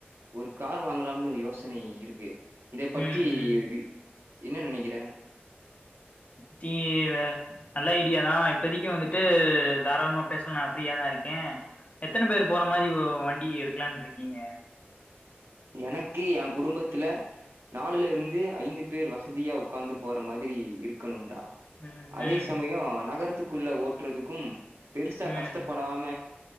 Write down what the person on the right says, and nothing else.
ஒரு கார் வாங்கலாம்னு யோசனை இருக்கு. இதை பற்றி
இவி என்ன நினைக்கிற?
எனக்கு எ குடும்பத்துல நாலுல இருந்து ஐந்து பேர் வசதியா உக்காந்து போற மாதிரி இருக்கணும்டா.
அதே
சமயோ நகரத்துக்குள்ள ஓட் றதுக்கும் பெருசா
கஷ்டப்படாம